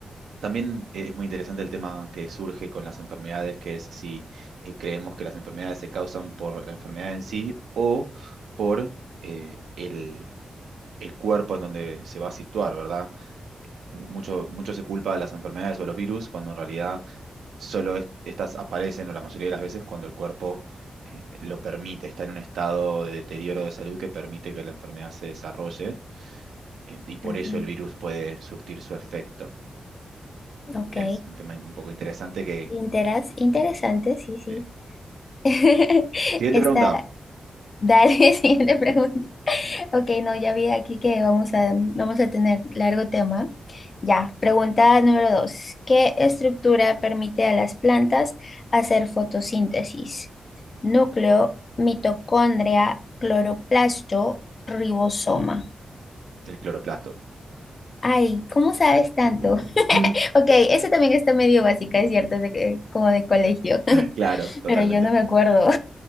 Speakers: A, on the right; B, on the left.
A: también es muy interesante el tema que surge con las enfermedades, que es si eh, creemos que las enfermedades se causan por la enfermedad en sí o por eh, el, el cuerpo en donde se va a situar, ¿verdad? Mucho, mucho se culpa a las enfermedades o a los virus cuando en realidad solo es- estas aparecen, o la mayoría de las veces, cuando el cuerpo eh, lo permite, está en un estado de deterioro de salud que permite que la enfermedad se desarrolle, eh, y por
B: ujú,
A: eso el virus puede surtir su efecto.
B: Ok.
A: Es un tema un poco interesante que...
B: Interas- interesante, sí, sí.
A: eh.
B: <laughs>
A: Siguiente
B: Está,
A: pregunta,
B: dale, <laughs> siguiente pregunta. Ok, no, ya vi aquí que vamos a, vamos a tener largo tema. Ya, pregunta número dos. ¿Qué estructura permite a las plantas hacer fotosíntesis? Núcleo, mitocondria, cloroplasto, ribosoma.
A: el cloroplasto.
B: Ay, ¿cómo sabes tanto? <laughs>
A: <laughs>
B: Ok, eso también está medio básica, es cierto, de que- como de colegio, <laughs>
A: Claro, totalmente.
B: pero yo no me acuerdo.